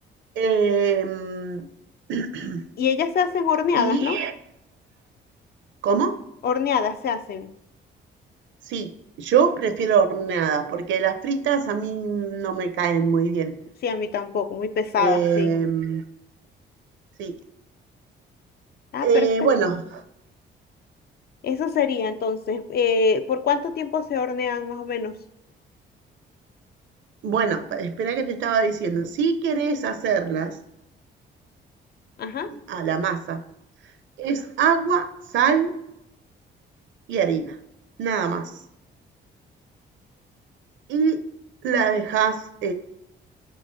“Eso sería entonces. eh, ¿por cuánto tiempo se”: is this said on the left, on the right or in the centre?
Left